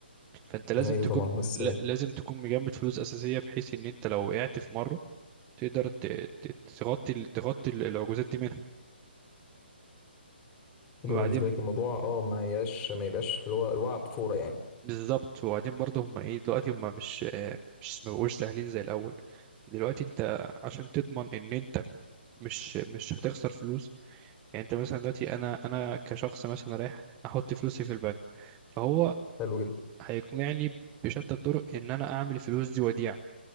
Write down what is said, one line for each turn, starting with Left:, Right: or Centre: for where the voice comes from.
Right: فانت لازم
Left: أيوه
Right: تكون
Left: طبعا بس
Right: لا- لازم تكون مجمد فلوس اساسيه بحيث ان انت لو وقعت في مره تقدر ت- ت- تغطي تغطي العجوزات دي منها
Left: يبقى
Right: وبعدين
Left: بالنسبة لك الموضوع أه ما يبقاش ما يبقاش اللي هو الوعي بفورة يعني
Right: بالظبط وبعدين برضه هم ايه دلوقتي هم مش آه، مش ما بقوش سهلين زي الاول دلوقتي انت عشان تضمن ان انت مش مش هتخسر فلوس يعني انت مثلا دلوقتي انا انا كشخص مثلا رايح احط فلوسي في البنك فهو
Left: حلو جدا
Right: هيقنعني بشتى الطرق ان انا اعمل الفلوس دي وديعة